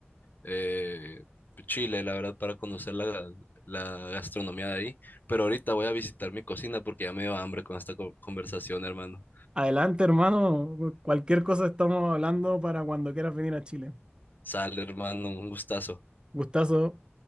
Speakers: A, on the left (about 45°); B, on the right (about 25°).
A: eh, Chile, la verdad, para conocer la, la gastronomía de ahí. Pero ahorita voy a visitar mi cocina porque ya me dio hambre con esta co- conversación, hermano.
B: Adelante, hermano. Cualquier cosa estamos hablando para cuando quieras venir a Chile.
A: Sale, hermano, un gustazo.
B: Gustazo.